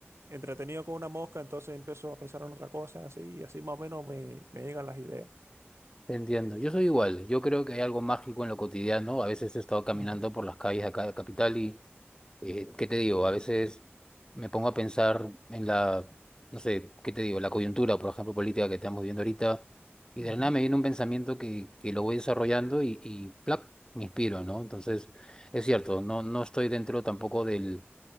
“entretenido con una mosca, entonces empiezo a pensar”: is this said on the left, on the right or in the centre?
Right